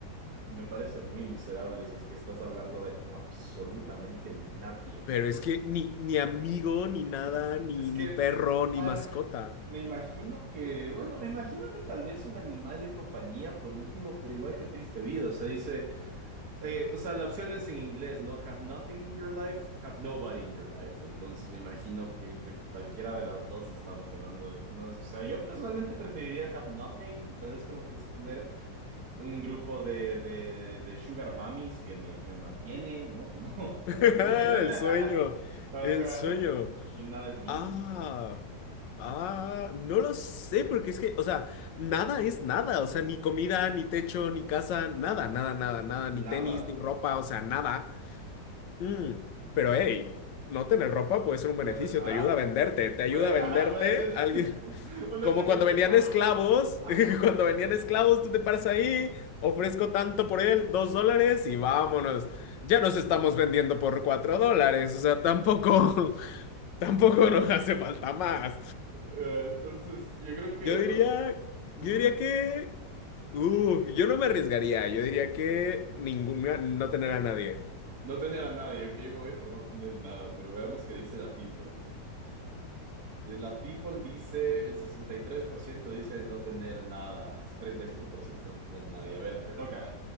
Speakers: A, on the right (about 60°); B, on the left (about 85°).
A: me parece muy miserable si es que estás hablando de absolutamente nadie.
B: Pero es
A: O sea,
B: que ni, ni amigo, ni nada, ni,
A: Es que,
B: ni perro, ni
A: ah,
B: mascota.
A: me imagino que, bueno, me imagino que tal vez un animal de compañía por último, pero igual que triste vida. O sea, dice, eh, o sea, la opción es en inglés, ¿no? Have nothing in your life, have nobody in your life. Entonces me imagino que entre cualquiera de las dos estamos hablando de, ¿no? O sea, yo personalmente preferiría have nothing y tal vez como que sí tener un grupo de, de, de sugar mummies que me, que me mantiene, ¿no? Como
B: <laughs>
A: <laughs>
B: El
A: tal vez. <laughs>
B: sueño,
A: Ajá.
B: el sueño.
A: Y nada es mío.
B: Ah, ah, no lo sé, porque es que, o sea, nada es nada, o sea, ni comida, ni techo, ni casa, nada, nada, nada, nada,
A: Nada.
B: ni tenis, ni ropa, o sea, nada. Mm, pero hey, no tener ropa puede ser un
A: No
B: beneficio,
A: te- ajá.
B: te ayuda a venderte,
A: Sí,
B: te ayuda
A: puede,
B: a venderte
A: ajá, puede ser <laughs>
B: alguien. <laughs>
A: una
B: Como
A: herramienta
B: cuando venían
A: de trabajo.
B: esclavos,
A: <laughs>
B: <laughs> cuando venían esclavos, tú te paras ahí, ofrezco tanto por él, dos dólares y vámonos. Ya nos estamos vendiendo por cuatro dólares, o sea, tampoco. Tampoco nos hace falta más.
A: Eh, Entonces, yo creo que
B: Yo diría,
A: os
B: yo
A: ujú.
B: diría que, uf, yo no me arriesgaría. Yo diría que ninguna, no tener a nadie.
A: no tener a nadie, ok, me voy por no tener nada, pero veamos qué dice la People. De La People dice, el 63% dice no tener nada, es 37% no tener nadie. A ver, te toca.